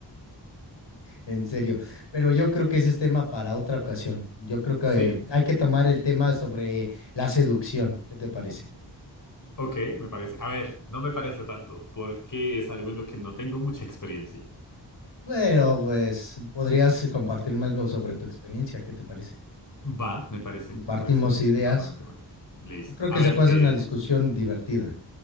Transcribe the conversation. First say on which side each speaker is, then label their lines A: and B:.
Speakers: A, on the left (about 80°); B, on the left (about 45°).
A: en serio. Pero yo creo que ese es tema para otra ocasión. Yo creo que
B: Sí.
A: eh, hay que tomar el tema sobre la seducción. ¿Qué te parece?
B: Ok, me parece. A ver, no me parece tanto, porque es algo en lo que no tengo mucha experiencia.
A: Bueno, pues podrías compartirme algo sobre tu experiencia. ¿Qué te parece?
B: Va, me parece,
A: Compartimos
B: me parece un-
A: ideas.
B: una buena temática. Listo.
A: Yo creo
B: A
A: que
B: ver,
A: se puede
B: qué
A: hacer una discusión divertida.